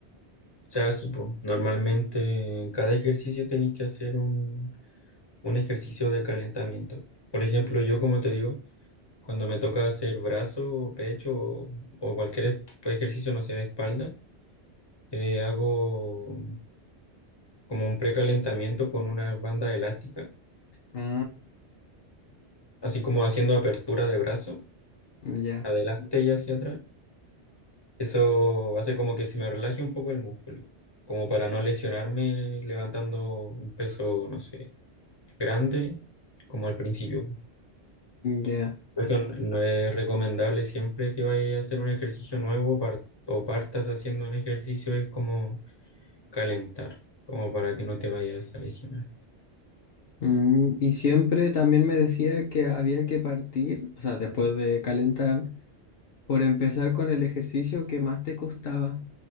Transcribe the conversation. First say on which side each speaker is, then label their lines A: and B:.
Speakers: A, on the left (about 25°); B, on the left (about 65°).
A: O sea, sí, po. Normalmente en cada ejercicio tenéis que hacer un, un ejercicio de calentamiento. Por ejemplo, yo, como te digo, cuando me toca hacer brazo, o pecho o, o cualquier es- pues, ejercicio, no sé, de espalda, eh, hago. como un precalentamiento con una banda elástica,
B: Ah,
A: así como haciendo apertura de brazo,
B: ya,
A: adelante y hacia atrás. Eso hace como que se me relaje un poco el músculo, como para no lesionarme levantando un peso, no sé, grande, como al principio.
B: ya.
A: Por Eso n- no es recomendable siempre que vayas a hacer un ejercicio nuevo par- o partas haciendo un ejercicio, es como calentar, como para que no te vayas a lesionar.
B: Mm, y siempre también me decía que había que partir, o sea, después de calentar, por empezar con el ejercicio que más te costaba.